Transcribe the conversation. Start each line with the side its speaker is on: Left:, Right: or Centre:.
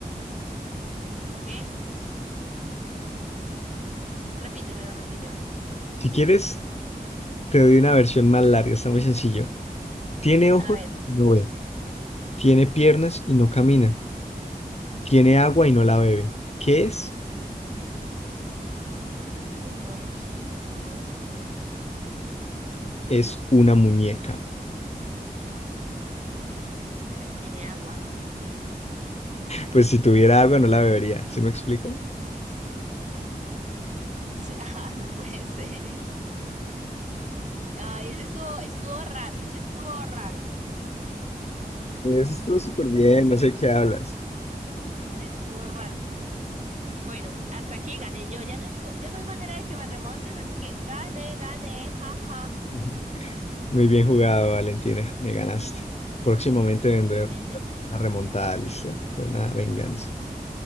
Right: ¿Qué? Repítemelo, repítemelo.
Left: Si quieres, te doy una versión más larga, está muy sencillo. Tiene ojos
Right: A ver.
Left: y no ve. Tiene piernas y no camina. Tiene agua y no la bebe. ¿Qué es?
Right: Uy, no, no sé, no tengo ni idea.
Left: Es una muñeca. <laughs>
Right: Pero tiene agua.
Left: Pues si tuviera agua no la bebería. ¿Sí me explico?
Right: Sí, <laughs> Ah, no puede ser. Ay, ese estuvo, estuvo raro, ese estuvo raro,
Left: Eso estuvo súper bien, no sé qué hablas.
Right: estuvo raro. Bueno, hasta aquí gané yo. Ya no, hay po- ya no hay manera de que me remontes, así que gané, gané, jaja,
Left: <laughs> Muy bien jugado, Valentina. Me ganaste. Próximamente vendré
Right: obviamente.
Left: con una remontada, listo, por una venganza.